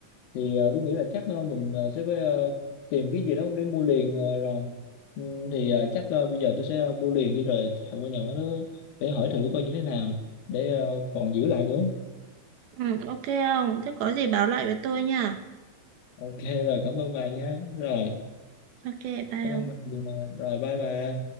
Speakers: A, on the left; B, on the right.
A: thì ờ, tôi nghĩ là chắc ờ, mình ờ, sẽ phải ờ, tìm cái gì đó để mua liền ờ, rồi Ừ, thì ờ, chắc ờ, bây giờ tôi sẽ ờ, mua liền đi rồi chạy qua nhà bán đó để hỏi thử coi như thế nào để ờ, còn giữ lại nữa
B: ừ, ok ông thế có gì báo lại với tôi nha
A: ok rồi cảm ơn bà nha rồi
B: ok bye
A: cảm ơn
B: ông
A: bà nhiều mà rồi bye bà